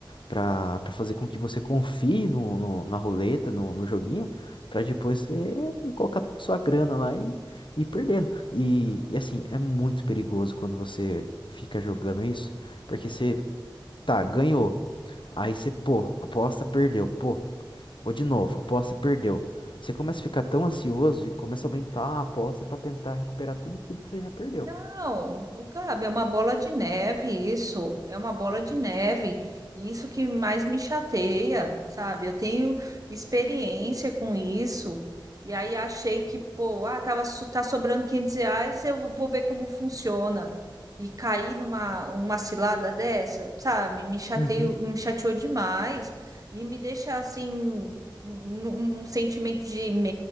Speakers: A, on the left; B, on the right.
A: Pra, pra fazer com que você confie no, no- na roleta, no, no joguinho, pra depois você colocar sua grana lá e e ir perdendo. E, e assim, é muito perigoso quando você fica jogando isso, porque você, tá, ganhou, aí você, pô, aposta, perdeu, pô, vou de novo, aposta, perdeu. Você começa a ficar tão ansioso e começa a aumentar a aposta pra tentar recuperar tudo aquilo que você já perdeu.
B: Não, ô, Gabi, é uma bola de neve isso, é uma bola de neve. e Isso que mais me chateia, sabe? Eu tenho experiência com isso. E aí achei que, pô, ah, tava, so- tá sobrando 500 reais, eu vou ver como funciona. E cair numa uma cilada dessa, sabe? Me chateio,
A: Uhum.
B: me chateou demais e me deixa assim um, um sentimento de